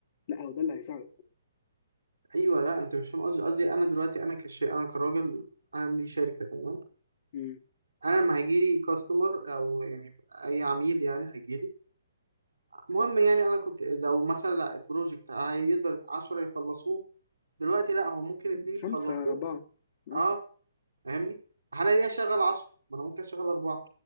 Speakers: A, on the left (about 40°); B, on the right (about 75°).
A: لا هو ده اللي هيساعدك
B: أيوه لا أنت مش فاهم قصدي قصدي أنا دلوقتي أنا كش أنا كراجل عندي شركة تمام؟
A: مم.
B: أنا لما هيجيلي كاستمر أو يعني أي عميل يعني هيجيلي المهم يعني أنا كنت لو مثلا البروجكت هيقدر 10 يخلصوه دلوقتي لا هو ممكن اتنين يخلصوه
A: خمسة أربعة آه.
B: اه فاهمني انا ليه اشغل 10 ما انا ممكن اشغل 4